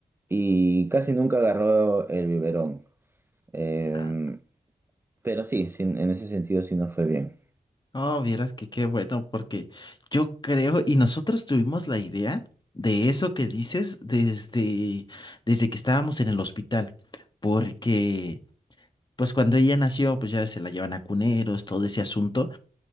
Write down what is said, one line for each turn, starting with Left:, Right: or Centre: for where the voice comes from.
Right: y casi nunca agarró el biberón. Em,
Left: Ah,
Right: pero sí, sí, en ese sentido sí no fue bien.
Left: Oh, vieras que qué bueno, porque yo creo, y nosotros tuvimos la idea de eso que dices desde, desde que estábamos en el hospital, porque pues cuando ella nació, pues ya se la llevan a cuneros, todo ese asunto,